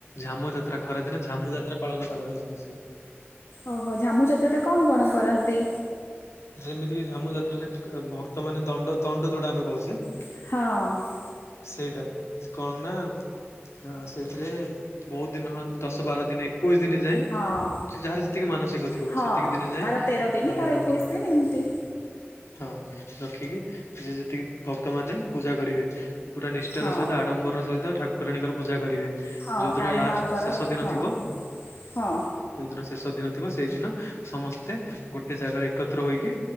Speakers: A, on the left; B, on the left.
A: ଝାମୁ ଯାତ୍ରା ଖରାଦିନେ ଝାମୁ ଯାତ୍ରା ପାଳନ କରାଯାଉଚି ବିଶେ
B: ଓହୋ ଝାମୁ ଯାତ୍ରା ଟା କଣ କଣ କରନ୍ତି?
A: ଯେମିତିକି ଝାମୁ ଯାତ୍ରାରେ କ୍ ଭକ୍ତ ମାନେ ଦଣ୍ଡ ଦଣ୍ଡ ଯୋଉଟା ଆମେ କହୁଚେ।
B: ହଁ।
A: ସେଇଟା କଣ ନା ହ ସେଇଥିରେ ବୋହୁତ ଦିନ ହଁ ଦଶ ବାର ଦିନି ଏକୋଇସ ଦିନ ଯାଏଁ
B: ହଁ
A: ଯାହାର ଯେତିକି ମାନସିକ ଥିବ
B: ହଁ
A: ସେତିକି ଦିନି ଯାଏଁ
B: କାର ତେର ଦିନି କାର ଏକୋଇଶ
A: ରଖି
B: ଦିନ ଏମିତି
A: ହଁ ରଖିକି ଯିଏ ଯେତିକି ଭକ୍ତ ମାନେ ପୂଜା କରିବେ। ପୁରା ନିଷ୍ଠାର
B: ହଁ
A: ସଇତ ଆଡ଼ମ୍ବର ସଇତ ଠାକୁରାଣୀଙ୍କର ପୂଜା କରିବେ।
B: ହଁ
A: ଯୋଉଦିନ
B: କାଳୀ
A: ଲାଷ୍ଟ
B: ମାଙ୍କର
A: ଶେଷ ଦିନ
B: ହଁ
A: ଥିବ
B: ହଁ
A: ଯୋଉ ଦିନ ଶେଷ ଦିନ ଥିବ ସେଇଦିନ ସମସ୍ତେ ଗୋଟେ ଜାଗାରେ ଏକତ୍ର ହୋଇକି